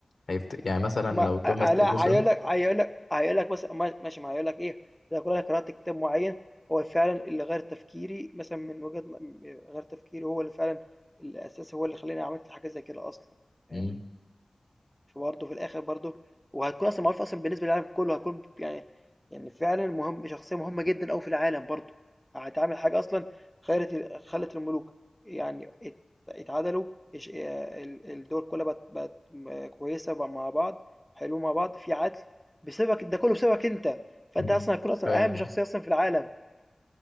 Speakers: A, on the left (about 80°); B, in the centre.
A: هيفت... يعني مثلا
B: ما
A: لو توماس
B: آه، لا
A: إديسون
B: هيقول لك هيقول لك هيقول لك بس ما- ماشي ما هيقول لك ايه لو كل انا قرات كتاب معين هو فعلا اللي غير تفكيري مثلا من وجهه ن- غير تفكيري هو اللي فعلا الاساس هو اللي خلاني عملت حاجه زي كده اصلا فاهمني
A: مم.
B: فبرضه في الآخر برضه وهتكون أصلًا معروفة أصلًا بالنسبة للعالم كله، هتكون يعني يعني فعلًا مهم شخصية مهمة جدًا أوي في العالم برضه، هتعمل حاجة أصلًا خيرت ال خلت الملوك يعني ات اتعدلوا اش آآ ال الدول كلها بقت بقت م كويسة بقى مع بعض، حلوين مع بعض، في عدل، بسببك ده كله بسببك أنت، فأنت
A: مم.
B: أصلًا هتكون أصلًا
A: فاهم
B: أهم شخصية أصلًا في العالم